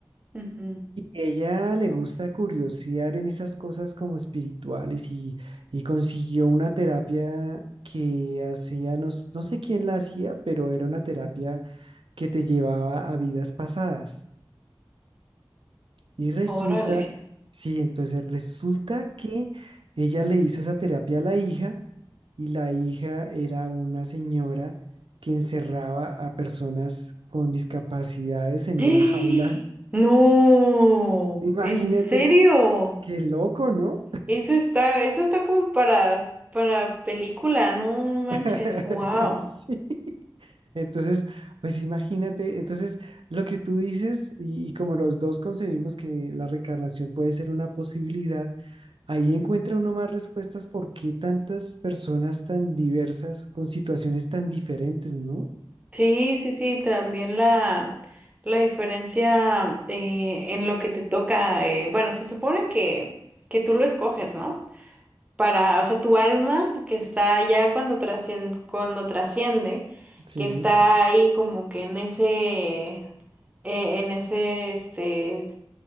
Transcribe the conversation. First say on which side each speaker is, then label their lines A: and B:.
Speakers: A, on the right (about 15°); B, on the right (about 80°).
A: <laughs> Ujú.
B: Ella le gusta curiosear en esas cosas como espirituales y, y consiguió una terapia que hacía, no, s- no sé quién la hacía, pero era una terapia que te llevaba a vidas pasadas. Y resulta,
A: Órale.
B: sí, entonces resulta que ella le hizo esa terapia a la hija. y la hija era una señora que encerraba a personas con discapacidades en
A: ¡Ah!
B: una jaula.
A: No,
B: Imagínate
A: ¿en serio?
B: qué loco, ¿no?
A: Eso está, eso está como para, para película, no, no manches,
B: <laughs>
A: wow.
B: Sí. Entonces, pues imagínate, entonces lo que tú dices y, y como los dos concebimos que la reencarnación puede ser una posibilidad, ahí encuentra uno más respuestas por qué tantas personas tan diversas con situaciones tan diferentes, ¿no?
A: Sí, sí, sí, también la, la diferencia eh, en lo que te toca, eh, bueno, se supone que, que tú lo escoges, ¿no? Para, o sea, tu alma que está ya cuando trasciende, cuando trasciende,
B: Sí.
A: que está ahí como que en ese, eh, en ese, este,